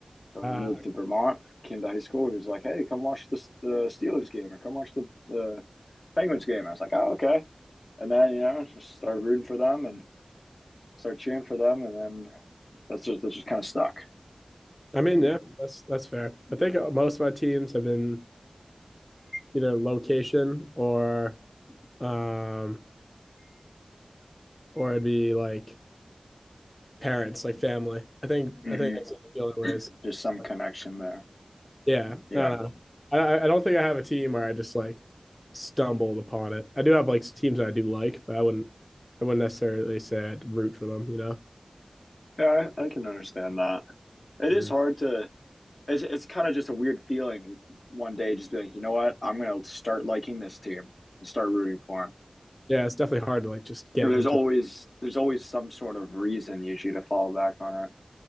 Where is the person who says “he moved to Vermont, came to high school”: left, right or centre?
Left